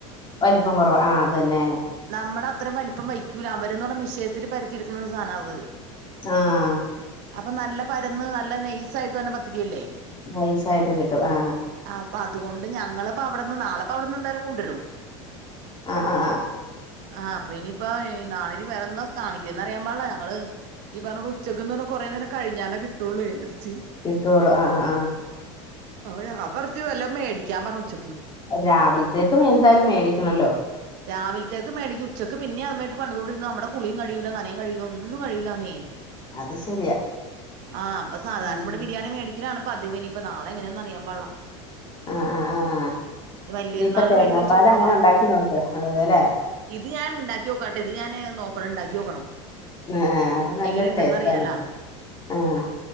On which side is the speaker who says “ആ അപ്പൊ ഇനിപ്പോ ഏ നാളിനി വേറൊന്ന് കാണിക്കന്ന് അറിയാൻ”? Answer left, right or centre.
Right